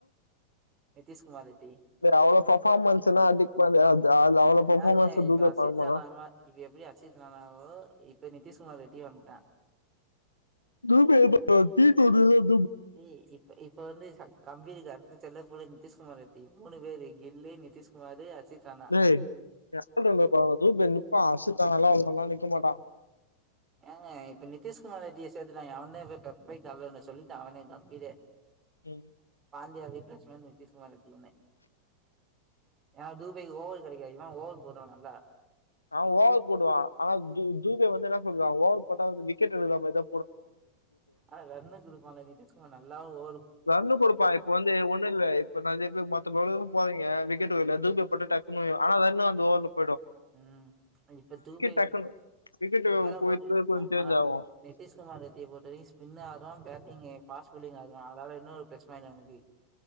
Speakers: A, on the right; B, on the left.
A: நிதிஷ் குமார் ரெட்டி
B: அவ்ளோ பெர்ஃபார்மன்ஸ்னா அது இப்ப அது அவ்வளோ பர்ஃபார்மன்ஸ்
A: ஆங்க இப்ப
B: தூபே
A: அசித்
B: பண்ண
A: ஜானாமா
B: மாட்டான்
A: இப்ப எப்பிடி அசித் ஜனாவோ இப்ப நிதிஷ்குமார் ரெட்டி வந்துட்டன்
B: <unintelligible>
A: ஏ இப்ப இப்ப வந்து கம்பி அறுந்து சொன்னதே புரிஞ்சுச்சு மூணு பேர் கில்லி நிதிஷ்குமார் ரட்டி அசித் ரானா
B: லேய், ஏ ஆள் ரவுண்டர பாருடா துபே நிப்பா ஆசிப் தா நல்லா விளாட்லனா நிக்க மாட்டா
A: ஆ, இப்ப நிதிஷ்குமார் ரெட்டிய சேத்துட்டாய்ங்க அவந்த இப்ப லெப்ட் ரைட் ஆல் ரவுண்டர் சொல்லிட்டா அவனே கம்பீரே
B: ம்
A: பாண்டியா ரிப்ளைஸ்மெண்ட் நிதீஷ்குமார் ரெட்டினு யான்னா துபேக்கு ஓவர் கெடைக்காது இவ ஓவர் போடுவா நல்லா
B: அவ ஓவர் போடுவா ஆனா து துபே வந்து என்ன உனக்கு அவ ஓவர் போட்டா விக்கெட் விழுற மாரிதா
A: ஆனா ரஹ்மத் குடுப்பால நித்திஷ் குமார் நல்லா ஓ
B: ரன்னு குடுப்பா இப்ப வந்து ஒன்னு இல்ல இப்ப நெறைய பேர் மத்த போட்டிகளுக்குலா போறாய்ங்க விக்கெட்டு வர்ல தூபே போட்டா டக்குனு வையு ஆனா ரன்னு வந் <unintelligible>
A: ம் இப்ப தூவேவ்
B: டக்குன்னு விக்கெட்
A: இவன
B: குறித்து
A: போட்டு
B: கொஞ்சம்
A: அ
B: சேஞ்ச்
A: ஆ
B: ஆகும்
A: நித்திஷ் குமார் ரெட்டிய போட்டதியு ஸ்பின் ஆட்றா பேட்டிங்கு பாஸ் புல்லிங் அது அதனால இன்னொரு ப்ளஸ் பாயிண்ட் அவுனுக்கு